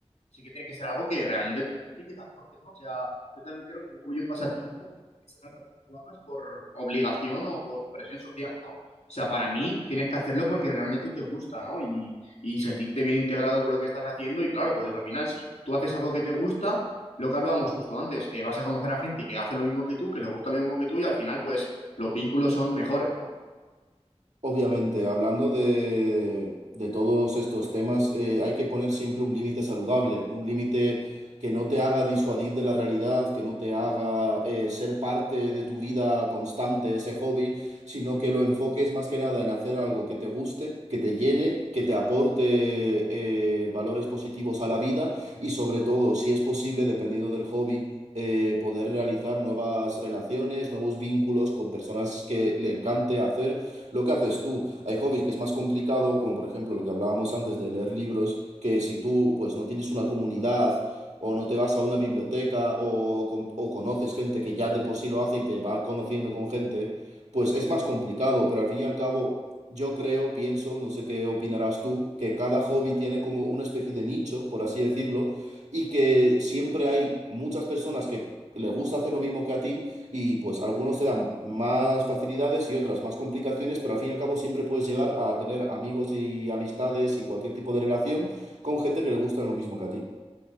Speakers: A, on the left; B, on the right.
A: sí que tiene que ser algo que realmente te guste y que te aporte, ¿no? O sea, yo también creo que un hobby y un pasatiempo es algo que tú hagas por obligación o por presión social, ¿no? O sea, para mí tienes que hacerlo porque realmente te gusta, ¿no? Y, y sentirte bien integrado con lo que estás haciendo. Y claro, pues al final, si tú haces algo que te gusta, lo que hablábamos justo antes, eh, vas a conocer a gente que hace lo mismo que tú, que le gusta lo mismo que tú, y al final, pues los vínculos son mejores, ¿no?
B: Obviamente, hablando de, de todos estos temas, eh, hay que poner siempre un límite saludable, un límite que no te haga disuadir de la realidad, que no te haga eh, ser parte de tu vida constante, ese hobby, sino que lo enfoques más que nada en hacer algo que te guste, que te llene, que te aporte eh, valores positivos a la vida y sobre todo, si es posible, dependiendo del hobby. eh, poder realizar nuevas relaciones, nuevos vínculos con personas que le encante hacer lo que haces tú. Hay hobbies que es más complicado, como por ejemplo lo que hablábamos antes de leer libros, que si tú pues no tienes una comunidad o no te vas a una biblioteca o, con- o conoces gente que ya de por sí lo hace y te va conociendo con gente, pues es más complicado, pero al fin y al cabo yo creo, pienso, no sé qué opinarás tú, que cada hobby tiene como una especie de nicho, por así decirlo, y que siempre hay muchas personas que le gusta hacer lo mismo que a ti y pues algunos te dan más facilidades y otras más complicaciones, pero al fin y al cabo siempre puedes llegar a tener amigos y amistades y cualquier tipo de relación con gente que le gusta lo mismo que a ti.